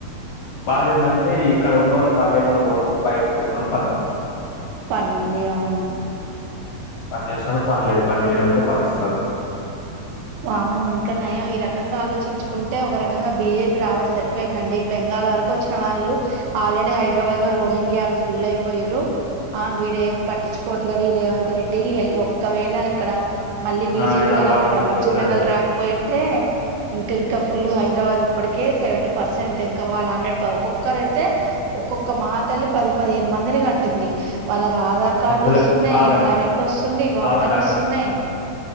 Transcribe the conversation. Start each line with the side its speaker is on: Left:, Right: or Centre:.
Left: బాధ ఏందంటే ఇక్కడ ఉన్న వాళ్ళకి పని లేకుండా పోతుంది బయట నుంచి వచ్చె వాళ్ళకి పని ఉంటుంది
Right: పనుంది అవును
Left: పనిచేసినోడికి పని లేదు పనిచేయని వాళ్ళకి పని ఇస్తున్నారు
Right: వామ్మో ఇంకా నయం ఈ రకంగా రకంగా ఆలోచించుకుంటే ఒక రకంగా బిజేపి రాబట్టి సరిపోయిందండి బెంగాల్ వరకు వచ్చిన వాళ్ళు ఆల్రెడీ హైదరాబాద్ లో రోహింగ్యాలు వాళ్లు ఫుల్ అయిపోయారు ఆ వీడేమి పట్టించుకోట్లేడు ఈడ రేవంత్ రెడ్డి ఒక్కవేళ ఇక్కడ మళ్ళీ బిజెపి
Left: ఆ ఇది
Right: గనక
Left: వాటి
Right: అక్కడ
Left: గురించి
Right: పశ్చిమ
Left: వద్దులేండి.
Right: బెంగాల్ రాకపోయింటే ఇంకా ఇంకా ఫుల్ హైదరాబాద్ ఇప్పటికే సెవెంటీ పర్సెంట్ ఇంకా వాళ్ళ హండ్రెడ్ ఒక్కొక్కరేతే ఒక్కొక్క మహ తల్లి పది పదిహేను మందిని కంటుంది వాళ్ళకి ఆధార్ కార్డులు
Left: వద్దులే
Right: వస్తున్నాయి
Left: ఆగండి.
Right: కరెంట్ వస్తుంది వాటర్
Left: ఆగండి ఆగండి
Right: వస్తున్నాయి